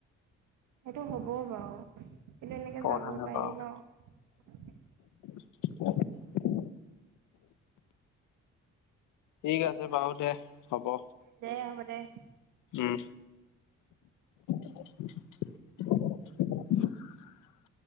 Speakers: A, on the right; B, on the left.
A: সেইটো হ'ব বাৰু কিন্তু এনেকে
B: পৰঠা
A: যাব
B: নাপাৱ।
A: পাৰি ন'
B: <unintelligible> ঠিক আছে বাৰু দে হ'ব।
A: দে হ'ব দে।
B: উম। <unintelligible>